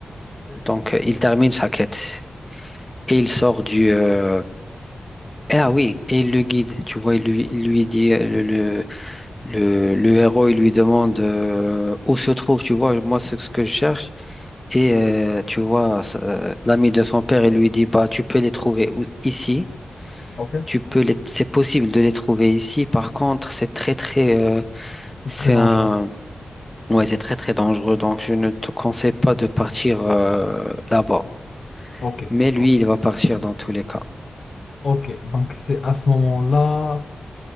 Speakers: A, on the left; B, on the left.
A: donc euh, il termine sa quête et il sort du. euh, Ah oui, et il le guide. Tu vois, il lui, il lui dit euh, le, le, le, le héros, il lui demande euh, où se trouve. Tu vois, moi c'est ce que je cherche. Et euh, tu vois, ça, euh, l'ami de son père, il lui dit bah tu peux les trouver où- ici.
B: Ok.
A: Tu peux les, c'est possible de les trouver ici. Par contre, c'est très très, euh,
B: C'est
A: c'est
B: très dangereux.
A: un Ouais, c'est très très dangereux, donc je ne te conseille pas de partir euh, là-bas.
B: Ok.
A: Mais
B: Ok.
A: lui, il va partir dans tous les cas.
B: Ok. Donc c'est à ce moment-là.